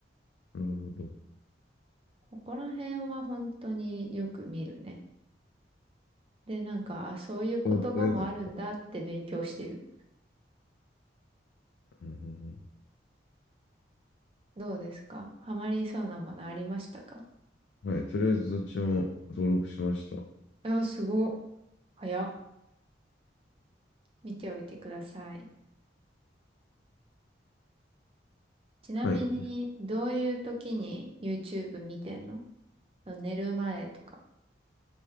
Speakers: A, on the left; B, on the right.
A: なるほど。
B: ここら辺は本当によく見るね。で、なんか、あ、そういう言葉もあるんだって勉強してる。
A: でも、とりあえず、うんうん
B: どうですかハマりそうなものありましたか
A: うんはい、とりあえずどっちも登録しました。
B: あ、すごっ。早っ。見ておいてください。ちなみに、
A: はい。
B: どういう時に YouTube 見てんの寝る前とか、